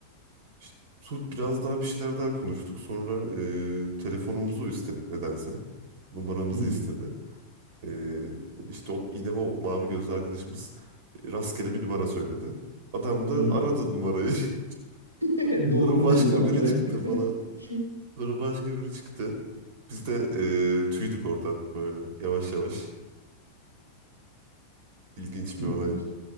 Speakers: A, on the right; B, on the right.
A: İşte so- biraz daha bir şeyler daha konuştuk. Sonra e, telefonumuzu istedi nedense. Numaramızı
B: Hı hı.
A: istedi. E, işte o, yine o mavi gözlü arkadaşımız e, rastgele bir numara söyledi. Adam da
B: Hı hı.
A: aradı numarayı. <laughs>
B: <laughs>
A: Sonra
B: Doğru mu
A: başka
B: diye kontrol
A: biri
B: et.
A: çıktı falan.
B: <laughs>
A: Sonra başka biri çıktı. Biz de e, tüydük oradan böyle yavaş yavaş. İlginç
B: İlginç,
A: bir olaydı.